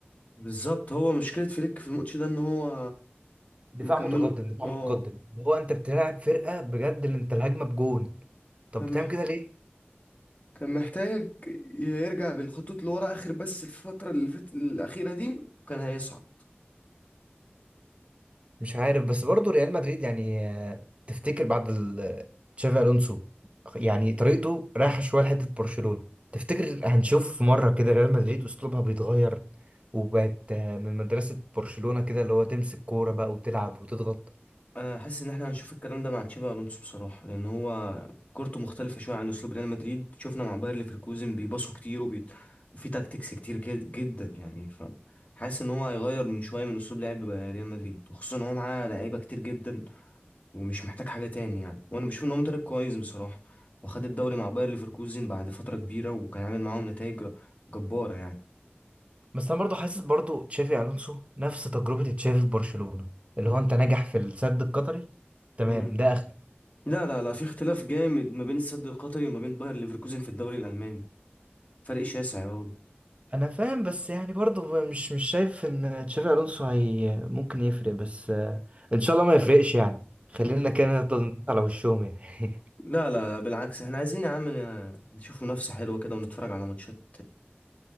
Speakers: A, on the left; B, on the right.
A: بالظبط هو مشكلة فليك في الماتش ده ان هو
B: دفاع
A: مكمله
B: متقدم دفاع
A: اه
B: متقدم هو انت بتلعب فرقه بجد اللي انت الهجمه بجون طب
A: كان
B: بتعمل
A: محتاج
B: كده ليه
A: كان محتاج يرجع بالخطوط لورا اخر بس الفترة اللي فاتت الأخيرة دي كان هيصعد
B: مش عارف بس برضه ريال مدريد يعني آه، تفتكر بعد ال- تشافي الونسو يعني طريقته رايحه شويه لحته برشلونه تفتكر هنشوف مره كده ريال مدريد اسلوبها بيتغير وبقت آه، من مدرسه برشلونه كده اللي هو تمسك كوره بقى وتلعب وتضغط
A: انا حاسس ان احنا هنشوف الكلام ده مع تشابي الونسو بصراحه لان هو كورته مختلفه شويه عن اسلوب ريال مدريد شفنا مع باير ليفركوزن بيباصوا كتير وبيت... وفي تاكتكس كتير جد... جدا يعني ف حاسس ان هو هيغير من شويه من اسلوب لعب ريال مدريد وخصوصا ان هو معاه لعيبه كتير جدا ومش محتاج حاجه تاني يعني وانا بشوف ان هو مدرب كويس بصراحه وخد الدوري مع باير ليفركوزن بعد فتره كبيره وكان عامل معاهم نتائج جباره يعني
B: بس انا برضه حاسس برضه تشافي الونسو نفس تجربه تشافي في برشلونه اللي هو انت ناجح في السد القطري تمام
A: مم.
B: ده
A: لا لا لا في اختلاف جامد ما بين السد القطري وما بين باير ليفركوزن في الدوري الالماني فرق شاسع يا راجل
B: انا فاهم بس يعني برضه مش مش شايف ان تشافي الونسو هي ممكن يفرق بس آه، ان شاء الله ما يفرقش يعني خلينا كده نفضل ندوس على وشهم يعني
A: لا لا لا بالعكس احنا عايزين يا عم ن- نشوف منافسة حلوة كده ونتفرج على ماتشات